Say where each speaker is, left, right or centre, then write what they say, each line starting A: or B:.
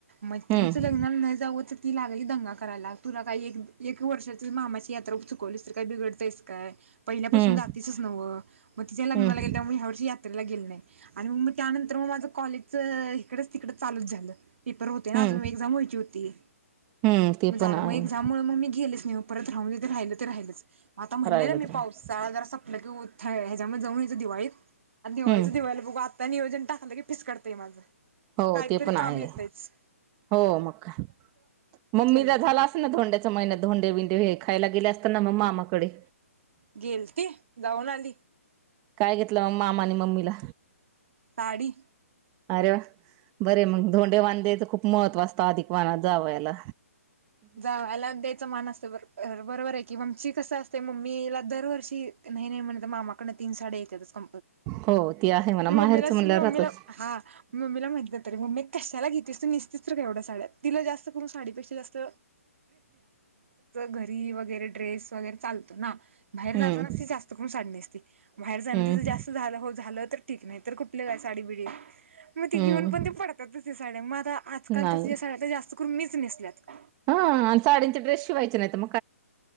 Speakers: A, on the right; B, on the right.
A: मैत्रिणीच्या
B: हम्म
A: लग्नाला नाही जाव, तर ती लागली दंगा करायला तुला काही एक- एक वर्षाच मामाच्या ती यात्र-प चुकवलीस तर काही बिघडतेयस काय पहिल्यापासून
B: हम्म
A: जातीसच नव्हं मग तिच्या लग्नाला
B: हम्म
A: गेलल्या म ह्या वर्षी यात्रेला गेल नाही आणि मग मग त्यानंतर मग माझं कॉलेजच इकडेच तिकड चालूच झालं पेपर होते ना
B: हम्म
A: अजून एक्झाम व्हायची होती
B: हम्म ते
A: मग झालं
B: पण आहे
A: मग एक्झाममुळ मग मी गेलेच नाही ओ परत राहूनदे ते राहिलं ते राहिलंच मग आता म्हणलेल
B: राहिलच
A: मी
B: राहिल
A: पाऊस साळा जरा संपला कि उ ह्याच्यामध्ये जाऊन यायं दिवाळीत आणि दिवाळीच
B: हम्म
A: दिवा त्या नियोजन टाकलं की पिसकडतंय माझं
B: हो
A: काहीतरी
B: ते पण
A: काम
B: आहे
A: येतच
B: हो मका मम्मी
A: केलं
B: तर
A: नाही
B: झाला अस ना धोंड्याच्या महिन्यात धोंडे बिंडे हे खायला गेले असताना मग मामाकडे
A: गेल ते गाऊन आली
B: काय घेतलं मग मामा आणि मम्मीला
A: साडीी
B: अरे बरे मग धोंडे वांध्याच खूप महत्त्व असतं अधिक वानात जाव याला
A: जाला द्यायचं मान असतं बर बरोबर आहे की ममची कसं असते मम्मीला दरवर्षी नाही नाही म्हणत मामाकडं तीन साडी्या येतातच का
B: हो ती आहे म्हणा
A: मी
B: माहेरचं
A: मला
B: म्हणल्यावर राहतच
A: मला हा मी मला म्ह म काला गी तिल जास्त करून साडी पेक्षा जास्त वरेड्रेस वगैरे चालतो ना बाहेर
B: हम्म
A: जात नस जास्त करून साडी नेसते बाहेर जाणं
B: हम्म
A: तिचं जास्त झालं हो झालं तर ठीक नाही तर कुठल काय साडी बिडी मग ती
B: हम्म
A: घेऊन पण ते पडतात त साडी्या म आता आजकाल
B: नाही
A: तर या सड्या जास्त करून मीच नेसल्यात
B: ह आणि साडीचे ड्रेस शिवायचे नाही म